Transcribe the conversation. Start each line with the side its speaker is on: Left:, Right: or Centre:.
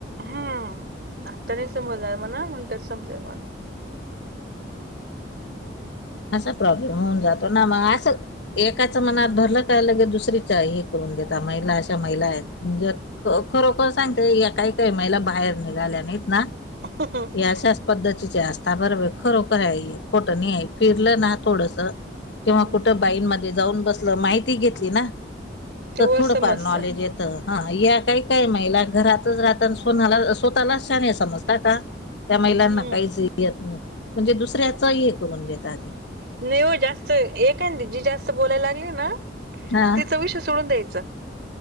Right: हम्म, आता नाही समजणार म्हणा, नंतर समजेल म्हणा.
Left: असा प्रॉब्लेम होऊन जातो ना, म असं एकाच मनात धरलं का, लगेच दुसरीच हे करून देता. महिला अशा महिला आहेत, म्हणजे ख खरोखर सांगते, या काही काही महिला बाहेर निघाल्या नाहीत ना
Right: <inaudible>
Left: हे अशाच पद्धतीच्या आसता बरोबरय. खरोखराय हे, खोटं नाहीये. फिरलं ना थोडसं किंवा
Right: हम्म
Left: कुठं बाईंमध्ये जाऊन बसलं, माहिती घेतली ना.
Right: तेव्हा
Left: तं थोडंफार
Right: समजत
Left: नॉलेज येतं. हा, या काही काही महिला, घरातच राहता न सोणाला स्वतःलाच शहाणे समजतात का. त्या महिलांना
Right: हम्म
Left: काहीच येत नाही. म्हणजे दुसऱ्याचं हे करून देता ते.
Right: नाही हो जास्त. एखांदी जी जास्त बोलायला लागली ना
Left: हा
Right: तीचं विषय सोडून द्यायचा.